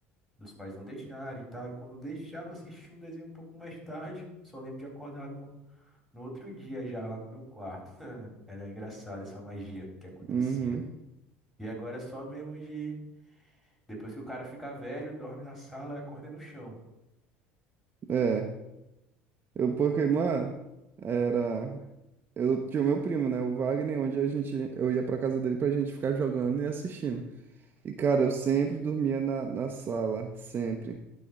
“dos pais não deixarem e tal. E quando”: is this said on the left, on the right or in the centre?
Centre